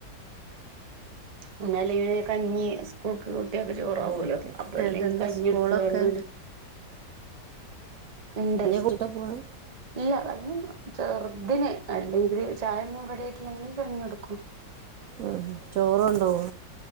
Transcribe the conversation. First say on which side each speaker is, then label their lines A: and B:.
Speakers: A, on the right; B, on the right.
A: ഒന്നല്ലെങ്കി പിന്നെ കഞ്ഞി സ്കൂൾക്ക് കൊടു- കുട്ട്യാൾക്ക് ചോറാവല്ലോ
B: അങ്ങനെയൊക്കെ
A: അപ്പൊ അല്ലെങ്കി
B: എന്നിട്ടെന്താ
A: കഞ്ഞിട്ത്ത്ങ്ങാണ്ട്
B: സ്കൂളൊക്കെ
A: ഇണ്ട്
B: ഇഞ്ഞെ
A: സ്
B: കൂട്ടിട്ട് പോവാം
A: ഇല്ല കഞ്ഞി ചെർതിന് അല്ലെങ്കിൽ ചായൊന്നും റെഡിയായിട്ടില്ലെങ്കിൽ കഞ്ഞി കൊടുക്കും
B: ഉം ചോറ് കൊണ്ടോവോ?